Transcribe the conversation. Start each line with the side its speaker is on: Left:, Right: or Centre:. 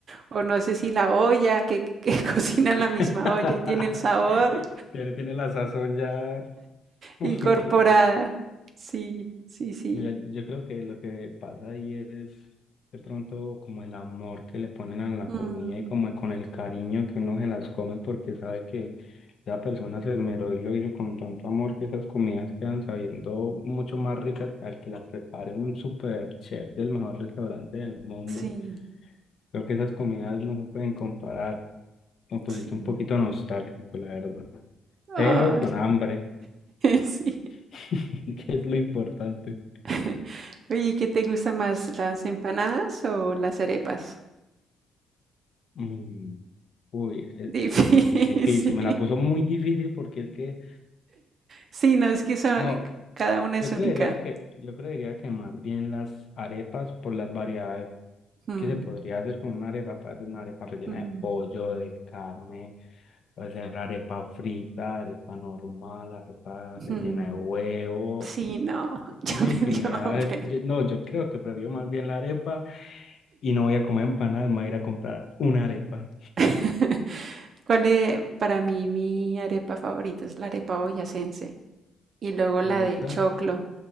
Right: O no sé si la olla, que, que <laughs> cocina en la misma
Left: <laughs>
Right: olla y tiene el sabor
Left: Tiene, tiene la sazón ya. <laughs>
Right: incorporada.
Left: Claro.
Right: Sí, sí, sí.
Left: Mira, yo creo que lo que pasa ahí es de pronto como el amor que le ponen a la
Right: Mm,
Left: comida y como con el cariño que uno se las come porque sabe que esa persona se esmeró y lo hizo con tanto amor que esas comidas quedan sabiendo mucho más ricas que al que las prepare un super chef del mejor restaurante del mundo.
Right: sí,
Left: Creo que esas comidas no se pueden comparar. Me pusiste
Right: sí.
Left: un poquito nostálgico, la verdad. Pero
Right: Ay,
Left: con hambre,
Right: <laughs> sí.
Left: <laughs> que es lo importante.
Right: <laughs> Oye, ¿qué te gusta más, las empanadas o las arepas?
Left: Mm. Uy, e-
Right: Difícil.
Left: eso es difí- difícil, me la puso
Right: <laughs>
Left: muy difícil porque es que,
Right: Sí, no, es que son
Left: no,
Right: cada una es
Left: yo
Right: única.
Left: creería que, yo creería que más bien las arepas por las variedades
Right: Mm,
Left: que se podría hacer con una arepa, puede ser una arepa rellena
Right: mm,
Left: de pollo, de carne, puede ser arepa frita, arepa normal, arepa
Right: mm.
Left: rellena de huevo,
Right: Sí, no, <laughs> ya
Left: una
Right: me
Left: infinidad
Right: dio hambre.
Left: de, yo- no, yo creo que prefiero más bien la arepa y no voy a comer empanadas, me voy a ir a comprar una arepa.
Right: <laughs> ¿Cuál es para mí mi arepa favorita? Es la arepa boyacense y luego
Left: ¿Te
Right: la
Left: gusta?
Right: de choclo.